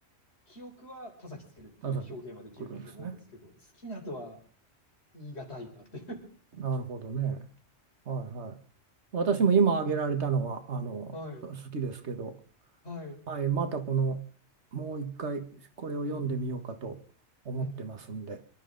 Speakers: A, on the left; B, on the right.
A: 記憶は田崎つけるっていう表現はできるなと思うんですけど、
B: 田崎来るんですね。
A: 好きなとは言い難いなっていう。
B: なるほどね。はいはい。私も今挙げられたのは、あの、
A: <laughs> はい。
B: 好きですけど、
A: はい。
B: はい、またこの、もう一回これを読んでみようかと思ってますんで、
A: うん。うん。